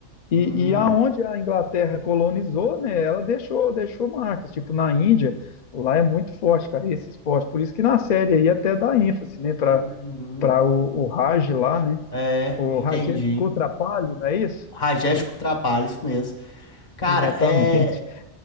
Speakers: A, on the left (about 65°); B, on the left (about 35°).
A: E,
B: Hum,
A: e aonde a Inglaterra colonizou, né? Ela deixou, deixou marcas. Tipo, na Índia, lá é muito forte, cara, esse esporte. Por isso que na série aí até dá ênfase, né, para
B: uhum.
A: para o, o Raj lá, né?
B: É,
A: O
B: entendi.
A: Rajesh Kutrapali, não é isso?
B: Rajesh Kutrapali, isso mesmo. Cara,
A: Exatamente.
B: é.